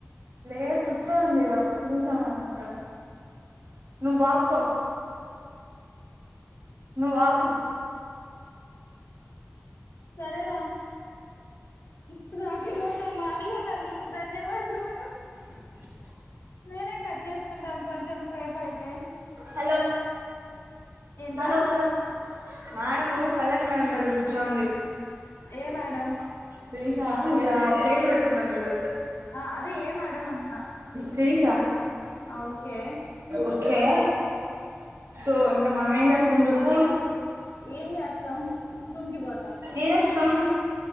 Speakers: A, on the right; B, on the left.
A: లేద్ పుచ్చ ఉంది శ్రీశమ మట్ల నువ్ వాక్కో నువ్ ఆగు
B: సరే రా ఇప్పుడు నాతో మాట్లాడినందుకు ధన్యవాదాలు
A: ఉ
B: నేనే కట్ చేసుకుంటాన్ కొంచెం సేపు అయితే
A: హలో
B: ఏంట్రా
A: hello hello madam collect madam దగ్గర కూర్చోమంది
B: ఏ మేడం
A: శిరీష ఇలా ప్లేట్లు పెట్టుకుంటాము చూడు
B: ఆ అదే ఏ మేడం అంటున్నా
A: శిరీష
B: ఓకే
A: ఓకే సో ఇంకా మనం ఏం చేస్తాం చెప్పు
B: ఏం చేస్తాం రూమ్ కి పోతాం
A: ఏం చెస్తం